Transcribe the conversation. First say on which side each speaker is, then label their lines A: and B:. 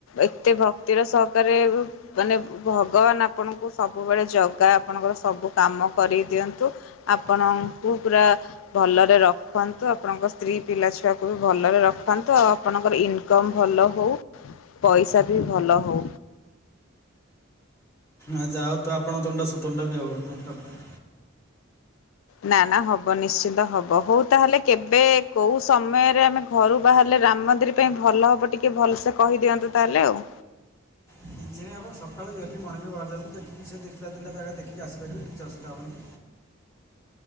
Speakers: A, on the left; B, on the left.
A: ଏତେ ଭକ୍ତିର ସହକାରେ ମାନେ ଭଗବାନ ଆପଣଙ୍କୁ ସବୁବେଳେ ଜଗା ଆପଣଙ୍କର ସବୁ କାମ କରି ଦିଅନ୍ତୁ ଆପଣଙ୍କୁ ପୁରା ଭଲରେ ରଖନ୍ତୁ ଆପଣଙ୍କ ସ୍ତ୍ରୀ ପିଲା ଛୁଆ ଙ୍କୁ ବି ଭଲରେ ରଖନ୍ତୁ ଆଉ ଆପଣଙ୍କର ଇନ କମ୍ ଭଲହଉ ପଇସା ବି ଭଲହଉ।
B: ଆ ଯାହଉ ତ ଆପଣଙ୍କ ତୁଣ୍ଡ ସୁତୁଣ୍ଡ ବି ହଉ। ହେଁ ହେଁ ହେଁ।
A: ନା ନା ହବ ନିଶ୍ଚିନ୍ତ ହବ ହଉ ତାହେଲେ କେବେ କୋଉ ସମୟରେ ଆମେ ଘରୁ ବାହାରିଲେ ରାମ୍ ମନ୍ଦିର୍ ପାଇଁ ଭଲ ହେବ ଟିକିଏ ଭଲସେ କହିଦିଅନ୍ତୁ ତାହେଲେ ଆଉ।
B: କିଛି ନାହିଁ ଆପଣ ସକାଳୁ ଜଲଦି ମଣିଙ୍ଗ୍ ରେ ବାହାରିଯାଆନ୍ତୁ ଦେଖି କି ସେ ଦିଟା ତିନଟା ଯାଗା ଦେଖିକ ଆସିପାରିବେ କିଛି ଅସୁବିଧା ହେବନି।